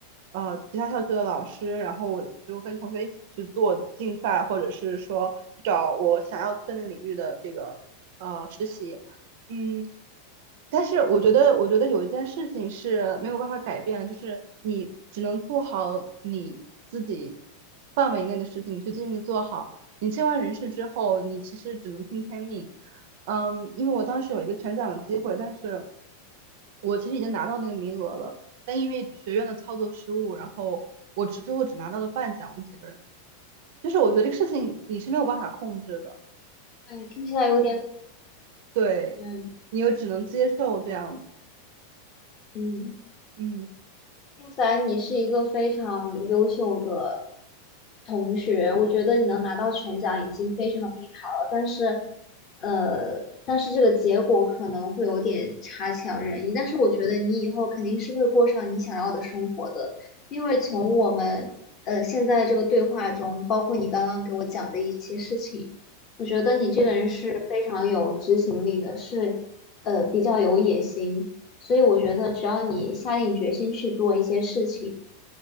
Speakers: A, on the right; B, on the left.
A: 呃其他校区的老师，然后我就跟同学一起去做竞赛，或者是说找我想要去的那个领域的这个呃实习。嗯，但是我觉得，我觉得有一件事情是没有办法改变的，就是你只能做好你自己范围内的事情，你去尽力做好。你尽完人事之后，你其实只能听天命。嗯，因为我当时有一个全奖的机会，但是我其实已经拿到那个名额了，但因为学院的操作失误，然后我只最后只拿到了半奖，我们几个人。就是我觉得这个事情你是没有办法控制的，
B: 对，听起来有点
A: 对，
B: 嗯
A: 你又只能接受这样，
B: 嗯。
A: 嗯
B: 听起来你是一个非常优秀的同学，我觉得你能拿到全奖已经非常厉害了。但是，呃，但是这个结果可能会有点差强人意。但是我觉得你以后肯定是会过上你想要的生活的，因为从我们呃现在这个对话中，包括你刚刚给我讲的一些事情，我觉得你这个人是非常有执行力的，
A: 嗯。
B: 是呃比较有野心。所以我觉得，只要你下定决心去做一些事情，